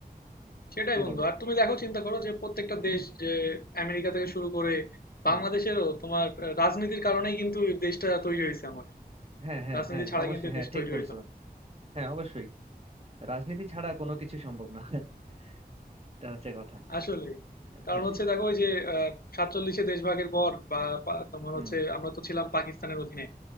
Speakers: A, on the left; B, on the right.
A: সেটাই
B: কি
A: বন্ধু
B: বলো
A: আর তুমি দেখো চিন্তা করো যে প্রত্যেকটা
B: <clears throat>
A: দেশ
B: হুম।
A: যে আমেরিকা থেকে শুরু করে
B: হ্যাঁ
A: বাংলাদেশেরও তোমার আহ, রাজনীতির কারণেই কিন্তু এই দেশটা তৈরি হয়েছে আমাদের
B: হ্যাঁ হ্যাঁ
A: রাজনীতি
B: হ্যাঁ
A: ছাড়া
B: অবশ্যই
A: কিন্তু এই
B: হ্যাঁ
A: দেশ
B: ঠিক
A: তৈরি
B: বলছো
A: হইতো না
B: হ্যাঁ অবশ্যই রাজনীতি ছাড়া কোনো কিছু সম্ভব না <laughs> এটা হচ্ছে কথা
A: আসলে কারণ
B: হ্যাঁ
A: হচ্ছে দেখো ওই যে আহ, সাতচল্লিশে দেশ ভাগের পর বা পা- তোমার
B: হুম
A: হচ্ছে আমরা তো ছিলাম পাকিস্তানের অধীনে